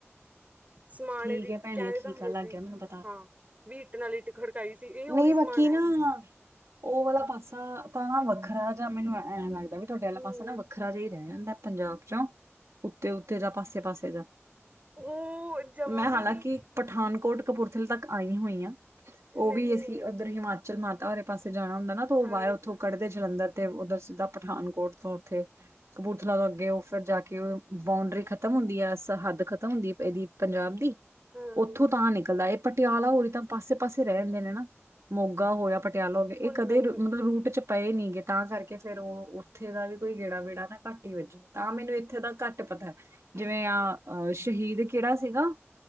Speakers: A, on the right; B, on the right.
A: ਸਮਾਣੇ
B: ਠੀਕ
A: ਵੀ,
B: ਹੈ ਭੈਣੇ
A: ਕਹਿਂਦੇ ਤਾਂ
B: ਠੀਕ
A: ਹੁੰਦੇ
B: ਆ ਲੱਗ
A: ਸੀ,
B: ਗਿਆ ਮੈਨੂੰ ਪਤਾ
A: ਹਾਂ, ਵੀ ਇੱਟ ਨਾਲ ਇੱਟ ਖੜਕਾਈ ਸੀ ਇਹ ਉਹੀ
B: ਨਹੀਂ
A: ਸਮਾਣਾ
B: ਬਾਕੀ ਨਾ,
A: ਹੈ
B: ਉਹ ਵਾਲਾ ਪਾਸਾ ਤਾਂ ਨਾ ਵੱਖਰਾ ਜਾਂ ਮੈਨੂੰ ਐਂ ਲੱਗਦਾ। ਉਹ <unintelligible> ਤੁਹਾਡੇ ਆਲਾ
A: ਹਮ
B: ਪਾਸਾ ਨਾ ਵੱਖਰਾ ਜੇਈ ਰੈ ਆਂਦਾ ਪੰਜਾਬ 'ਚੋਂ, ਉੱਤੇ ਉੱਥੇ ਜਾ ਪਾਸੇ ਪਾਸੇ ਜਾ
A: ਉਹ ਜਮਾ
B: ਮੈਂ ਹਾਲਾਂ
A: ਵੀ ਨੀ
B: ਕਿ, ਪਠਾਨਕੋਟ ਕਪੂਰਥਲਾ ਤੱਕ ਆਈ ਹੋਈ ਆ, ਉਹ
A: ਨਹੀਂ
B: ਵੀ ਅਸੀਂ ਉੱਧਰ ਹਿਮਾਚਲ ਮਾਤਾ ਆਲੇ ਪਾਸੇ ਜਾਨਾ ਹੁੰਦਾ ਨਾ ਉਥੋ
A: ਹਾਂ
B: ਵਾਯਾ ਉੱਥੋਂ ਕੱਢਦੇ ਜਲੰਧਰ ਤੇ ਉੱਧਰ ਸਿੱਧਾ ਪਠਾਨਕੋਟ ਤੋਂ ਉੱਥੇ, ਕਪੂਰਥਲਾ ਤੋਂ ਅੱਗੇ ਉਹ ਫਿਰ ਜਾ ਕੇ ਬਾਊਂਡਰੀ ਖ਼ਤਮ ਹੁੰਦੀ ਆ, ਸਰਹੱਦ ਖ਼ਤਮ ਹੁੰਦੀ, ਇਹਦੀ ਪੰਜਾਬ ਦੀ।
A: ਹਾਂ
B: ਉੱਥੋਂ ਤਾਂ ਨਿਕਲਦਾ ਇਹ ਪਟਿਆਲਾ ਹੋਰ ਤਾਂ ਪਾਸੇ ਪਾਸੇ ਰਹਿਂਦੇ ਨੇ ਨਾ, ਮੋਗਾ ਹੋਇਆ ਪਟ ਟਿਆਲੋ ਗੇ ਇਹ
A: ਹੁਣ
B: ਕਦੇ
A: ਮੈਨੂੰ
B: <unintelligible> ਮਤਲਬ ਰੂਟ ਚ ਪਏ ਨੀ ਗੇ ਤਾਂ ਕਰਕੇ ਫਿਰ ਉਹ, ਉੱਥੇ ਦਾ ਵੀ ਕੋਈ ਗੇੜਾ-ਵੇੜਾ ਨਾ ਘੱਟ ਈ ਵੱਜਿਆ ਤਾਂ ਮੈਨੂੰ ਇੱਥੇ ਦਾ ਘੱਟ ਪਤਾ। ਜਿਵੇਂ
A: ਅੱਛਾ
B: ਆ, ਅਹ ਸ਼ਹੀਦ ਕੇੜਾ ਸੀਗਾ